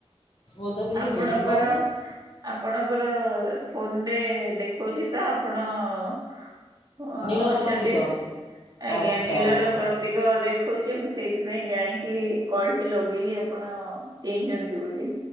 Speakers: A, on the left (about 60°); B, on the right (about 40°).
A: ମୁଁ ତ କିଛି
B: ଆପଣଙ୍କର
A: ବୁଝିପାରୁନି।
B: ଆପଣଙ୍କର ଫୋନ ରେ ଦେଖଉଛି ତ ଆପଣ-ଅ-ଅ-ଅ ହ-ଅ-ଅ
A: ନୀଳର
B: ଅଛନ୍ତି
A: ପ୍ରତୀକ
B: ସେ ଆଜ୍ଞା
A: ଆଚ୍ଛା
B: ନିଳର
A: ଆଚ୍ଛା।
B: ପ ପ୍ରତିକ ଦେଖଉଛି ମୁଁ ସେଇଥିପାଇଁ ଜାଣିକି କଲଟି ଲଗେଇଲି ଆଉ। ଆପଣ ଚେଇଁଛନ୍ତି ବୋଲି।